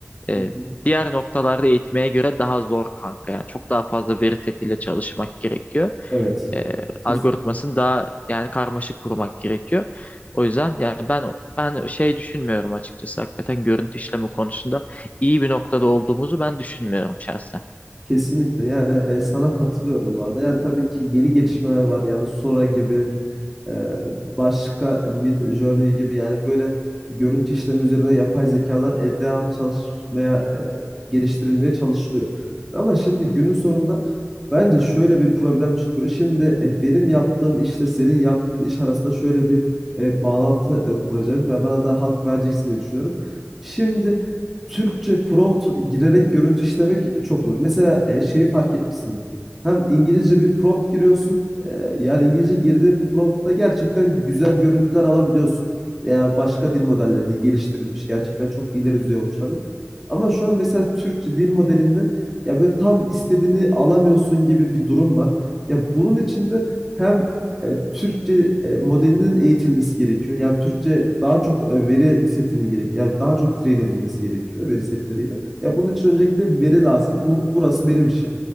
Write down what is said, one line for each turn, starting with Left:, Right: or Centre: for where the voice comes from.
Left: E,
Centre: Hı hı.
Left: diğer noktalarda eğitmeye göre daha zor kanka. Yani çok daha fazla veri setiyle çalışmak gerekiyor.
Centre: Evet.
Left: E,
Centre: Kesinlikle.
Left: algoritmasını daha yani karmaşık kurmak gerekiyor. O yüzden yani ben ben şey düşünmüyorum açıkçası. Hakikaten görüntü işleme konusunda iyi bir noktada olduğumuzu ben düşünmüyorum şahsen.
Centre: Kesinlikle yani e, sana katılıyorum bu arada. Yani tabii ki yeni gelişmeler var yani Sora gibi ee, başka Mid Journey gibi yani böyle görüntü işleme üzerine yapay zekalar e, devam çalışmaya e, geliştirilmeye çalışılıyor. Ama şimdi günün sonunda bence şöyle bir problem çıkıyor. Şimdi e, benim yaptığım işle senin yaptığın iş arasında şöyle bir e, bağlantı e, kuracağım ve bana da hak vereceksin diye düşünüyorum. Şimdi Türkçe prompt girerek görüntü işlemek çok zor. Mesela e, şeyi fark etmişsindir. Hem İngilizce bir prompt giriyorsun ee, yani İngilizce girdiğin promptta gerçekten güzel görüntüler alabiliyorsun. Veya başka dil modellerini geliştirilmiş gerçekten çok ileri düzey olmuşlardı. Ama şu an mesela Türkçe dil modelinde ya böyle tam istediğini alamıyorsun gibi bir durum var. Ya bunun için de hem e, Türkçe e, modelinin eğitilmesi gerekiyor. Yani Türkçe daha çok e, veri setinin gerek, yani daha çok train edilmesi gerekiyor veri setleriyle. Ya bunun için öncelikle veri lazım. Bu burası benim işim.